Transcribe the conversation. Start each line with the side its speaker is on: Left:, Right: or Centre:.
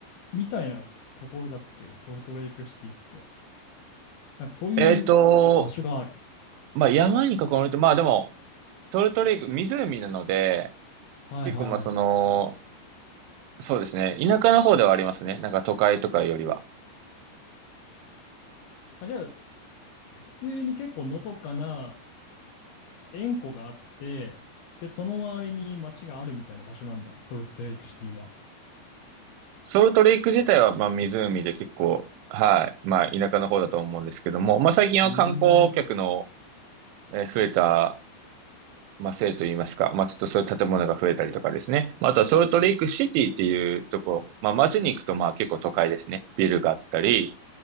Left: みたいなところだっけソルトレイクシティって。なんかそういう場所がある。
Right: えっと、まあ山に囲まれて、まあでも、ソルトレイク、湖なので、
Left: はいはい。
Right: 結構まあその、そうですね、田舎の方ではありますね。なんか都会とかよりは。
Left: あ、じゃあ普通に結構のどかな塩湖があってでその周りに町があるみたいな場所なんだソルトレイクシティは。
Right: ソルトレイク自体はまあ湖で結構、はい、まあ田舎の方だと思うんですけども、まあ最近は観光客の
Left: うーん。
Right: えー増えた、まあせいと言いますか、まあちょっとそういう建物が増えたりとかですね。まああとはソルトレイクシティっていうとこ、まあ街に行くとまあ結構都会ですね。ビルがあったり、